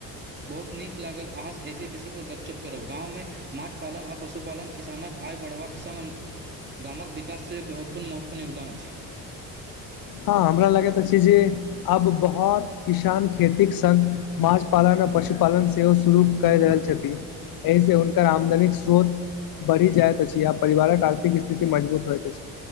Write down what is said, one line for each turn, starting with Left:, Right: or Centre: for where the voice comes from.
Right: बहुत नीक लागल अहाँसँ एहिसी विषयपर गपशप करब गाँवमे माछ पालन आ पशुपालन किसानक आय बढ़बाक संग गामक विकास से बहुतपूर्ण महत्वपूर्ण योगदान अछि
Left: हँ हमरा लगैत अछि जे आब बहुत किसान खेती संग माछ पालन पशुपालन सेहो शुरू कर रहल छथिन एहि से हुनक आमदनिक स्रोत बढ़ी जाइत अछि आ परिवारक आर्थिक स्थिति मजबूत होइत अछि